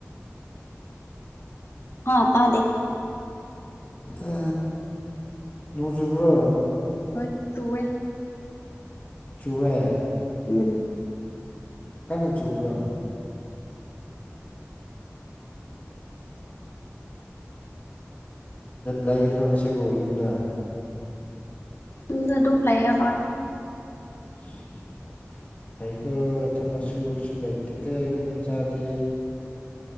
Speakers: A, on the left; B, on the left.
A: ꯍꯥꯥ ꯇꯥꯗꯦ꯫
B: ꯑ ꯅꯣꯡ ꯆꯨꯕ꯭ꯔꯣ?
A: ꯍꯣꯏ ꯆꯨꯋꯦ꯫
B: ꯆꯨꯋꯦ꯫
A: ꯎꯝ
B: ꯀꯟꯅ ꯆꯨꯕ꯭ꯔꯣ ꯂꯩꯒꯗ꯭ꯔꯣ ꯉꯁꯤꯕꯨ ꯌꯨꯝꯗ
A: ꯌꯨꯝꯗ ꯑꯗꯨꯝ ꯂꯩꯌꯦ ꯍꯣꯏ
B: <inaudible> ꯌꯥꯢꯀꯣ ꯊꯕꯛ ꯁꯨꯕꯁꯨ ꯂꯩꯇꯦ ꯀꯣ ꯃꯤ ꯃꯆꯥꯗꯤ